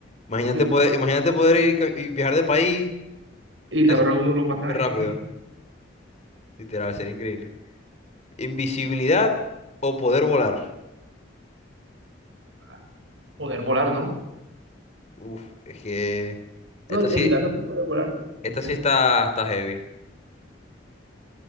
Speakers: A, on the left (about 35°); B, on the right (about 75°).
A: Imagínate
B: interesante,
A: poder,
B: ¿no?
A: imagínate poder ir ca- y viajar de país
B: Y se
A: así
B: ahorra uno los pasajes
A: súper rápido. Literal, sería increíble. Invisibilidad o poder volar.
B: <laughs> para poder volar, ¿no?
A: Uf, es que esta
B: No,
A: sí,
B: en mi caso sí podría volar,
A: esta
B: no
A: sí
B: sé.
A: está, está heavy.